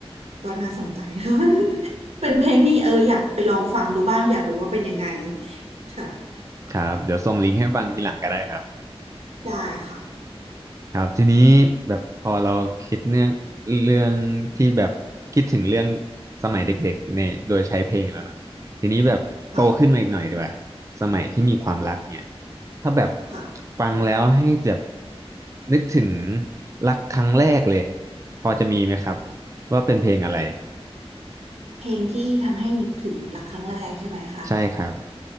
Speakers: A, on the right; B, on the right.
A: ก็น่าสนใจ <laughs> เป็นเพลงที่เอออยากไปลองฟังดูบ้างอยากรู้ว่าเป็นยังไงค่ะ
B: ครับเดี๋ยวส่งลิงก์ให้ฟังทีหลังก็ได้ครับ
A: ได้ค่ะ
B: ครับทีนี้แบบพอเราคิดเรื่องเรื่องที่แบบคิดถึงเรื่องสมัยเด็กๆเนี่ยโดยใช้เพลงแล้วนะทีนี้แบบโตขึ้นมาอีกหน่อยดีกว่าสมัยที่มีความรักเนี่ย
A: ค่ะ
B: ถ้าแบบ
A: ค่ะ
B: ฟังแล้วให้แบบนึกถึงรักครั้งแรกเลยพอจะมีไหมครับว่าเป็นเพลงอะไร
A: เพลงที่ทำให้นึกถึงรักครั้งแรกใช่ไหมคะ
B: ใช่ครับ